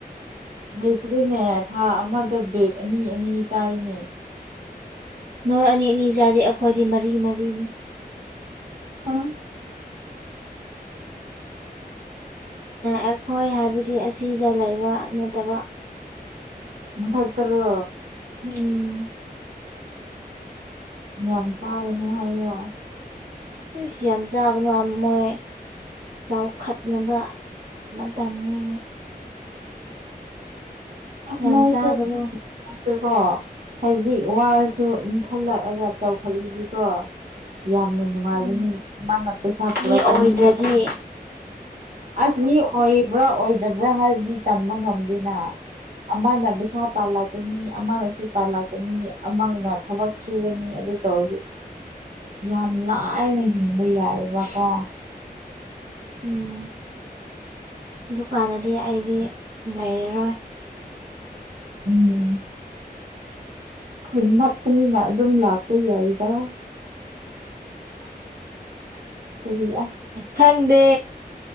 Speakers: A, on the right; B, on the right.
A: ꯂꯩꯇ꯭ꯔꯤꯅꯦ ꯊꯥ ꯑꯃꯗ ꯕꯦꯒ ꯑꯅꯤ ꯑꯅꯤ ꯆꯥꯏꯅꯦ
B: ꯅꯣꯏ ꯑꯅꯤ ꯑꯅꯤ ꯆꯥꯗꯤ ꯑꯩꯈꯣꯏꯗꯤ ꯃꯔꯤ ꯃꯔꯤꯅꯤ
A: ꯍ
B: ꯑꯩꯈꯣꯏ ꯍꯥꯏꯕꯗꯤ ꯑꯁꯤꯗ ꯂꯩꯕ ꯅꯠꯇꯕ
A: ꯃꯊꯛꯇꯔꯣ
B: ꯎꯝ
A: ꯌꯥꯝ ꯆꯥꯔꯅꯨ ꯍꯥꯏꯌꯣ
B: ꯏꯁ ꯌꯥꯝ ꯆꯥꯔꯒ ꯃꯣꯏ ꯆꯥꯎꯈꯠꯅꯕ ꯃꯇꯝꯅꯦ
A: ꯑꯁ
B: ꯌꯥꯝ
A: ꯅꯣꯏꯁꯨ
B: ꯆꯥꯒꯅꯨ
A: ꯑꯗꯣꯀꯣ ꯍꯧꯖꯤꯛ ꯋꯥꯔꯁꯨ ꯏꯪꯈꯠꯂꯛꯑꯒ ꯆꯥꯎꯈꯠꯂꯤꯗꯤꯀꯣ ꯌꯥꯝꯅ ꯅꯨꯡꯉꯥꯏꯒꯅꯤ
B: ꯎꯝ
A: ꯃꯥꯅ ꯄꯩꯁꯥ ꯄꯨꯔꯛꯀꯅꯤ
B: ꯃꯤ ꯑꯣꯏꯗ꯭ꯔꯗꯤ
A: ꯑꯁ ꯃꯤ ꯑꯣꯏꯕ꯭ꯔꯥ ꯑꯣꯏꯗꯕ꯭ꯔꯥ ꯍꯥꯏꯕꯗꯤ ꯇꯝꯕ ꯉꯝꯗꯦꯅ ꯑꯃꯅ ꯄꯩꯁꯥ ꯇꯥꯜꯂꯛꯀꯅꯤ ꯑꯃꯅꯁꯨ ꯇꯥꯜꯂꯛꯀꯅꯤ ꯑꯃꯅ ꯊꯕꯛ ꯁꯨꯒꯅꯤ ꯑꯗꯨ ꯇꯧꯔꯗꯤ ꯌꯥꯝ ꯂꯥꯏꯅ ꯍꯤꯡꯕ ꯌꯥꯏꯑꯕꯀꯣ
B: ꯎꯝ ꯗꯨꯀꯥꯟꯗꯗꯤ ꯑꯩꯗꯤ ꯂꯩꯔꯔꯣꯏ
A: ꯎꯝ ꯈꯨꯟ ꯅꯛꯄꯅꯤꯅ ꯑꯗꯨꯝ ꯂꯥꯛꯄ ꯌꯥꯏꯗ ꯀꯔꯤ
B: ꯈꯡꯗꯦ